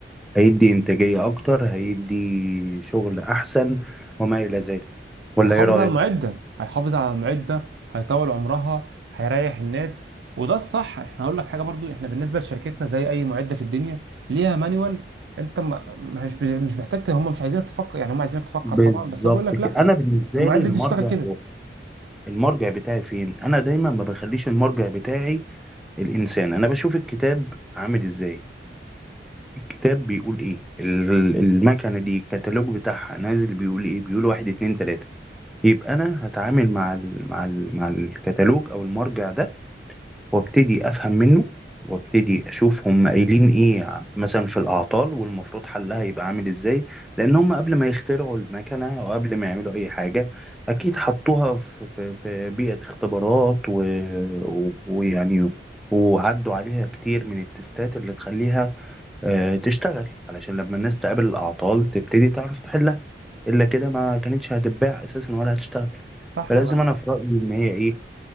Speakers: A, in the centre; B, on the right (about 80°).
A: هيدي إنتاجية أكتر هيدي شغل أحسن وما إلى ذلك ولا
B: هيحافظ
A: إيه رأيك؟
B: على المعدة هيحافظ على المعدة هيطول عمرها هيريح الناس وده الصح احنا هقول لك حاجة برضو احنا بالنسبة لشركتنا زي اي معدة في الدنيا ليها مانيوال انت ما ما- مش مش محتاج ت- هم مش عايزينك تفكر يعني هم عايزينك تفكر
A: بالظبط
B: طبعا بس هو بيقول لك لا
A: كده أنا بالنسبة
B: المعدة
A: لي المرجع
B: دي تشتغل كده
A: هو المرجع بتاعي فين؟ أنا دايما ما بخليش المرجع بتاعي الإنسان أنا بشوف الكتاب عامل إزاي الكتاب بيقول إيه ال- المكنة دي الكتالوج بتاعها نازل بيقول إيه بيقول واحد اتنين تلاتة يبقى أنا هتعامل مع ال مع ال مع الكتالوج أو المرجع ده وابتدي افهم منه وابتدي اشوف هم قايلين ايه مثلا في الاعطال والمفروض حلها يبقى عامل ازاي لان هم قبل ما يخترعوا المكنه او قبل ما يعملوا اي حاجه اكيد حطوها في في في بيئه اختبارات و- و- ويعني وعدوا عليها كتير من التستات اللي تخليها آه، تشتغل علشان لما الناس تقابل الاعطال تبتدي تعرف تحلها الا كده ما كانتش هتتباع اساسا ولا هتشتغل
B: صح
A: فلازم
B: ولا انا
A: انا في رايي ان هي ايه